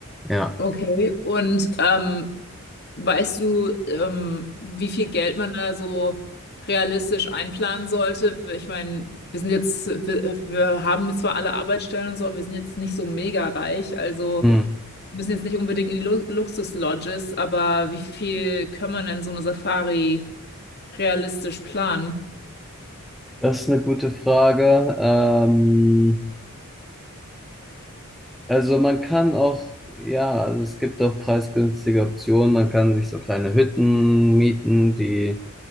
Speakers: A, in the centre; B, on the left.
A: Ja.
B: Okay. Und ähm, weißt du, ähm, wie viel Geld man da so realistisch einplanen sollte? Ich meine, wir sind jetzt, wir, wir haben zwar alle Arbeitsstellen und so, aber wir sind jetzt nicht so mega reich, also.
A: Hm.
B: Wir müssen jetzt nicht unbedingt in die Lu Luxus-Lodges, aber wie viel kann man denn so eine Safari realistisch planen?
A: Das ist eine gute Frage. Ähm, also man kann auch, ja, also es gibt auch preisgünstige Optionen. Man kann sich so kleine Hütten mieten, die